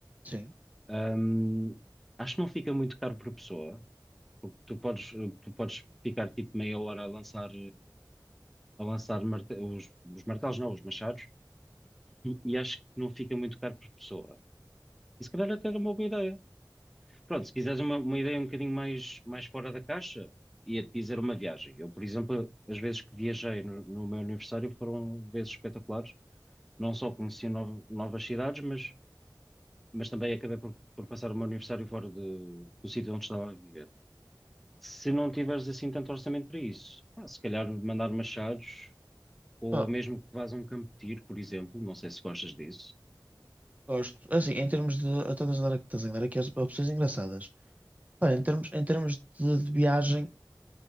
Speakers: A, on the right; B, in the centre.
A: Sim.
B: Ahm, acho que não fica muito caro por pessoa, porque tu podes, tu podes ficar tipo meia hora a lançar, a lançar marte- os, os martelos, não, os machados e acho que não fica muito caro por pessoa. E se calhar até era uma boa ideia. Pronto, se quiseres uma, uma ideia um bocadinho mais, mais fora da caixa, ia-te dizer uma viagem. Eu, por exemplo, as vezes que viajei no, no meu aniversário foram vezes espetaculares. Não só conheci nova- novas cidades, mas, mas também acabei por, por passar o meu aniversário fora de- do sítio onde estava a viver. Se não tiveres assim tanto orçamento para isso, pá, se calhar mandar machados ou
A: Ah,
B: mesmo que vás a um campo de tiro, por exemplo. Não sei se gostas disso.
A: gosto. É Assim, em termos de. Eu estou a andar aqui, estás a andar aqui as opções engraçadas. Pá, em termos, em termos de, de viagem,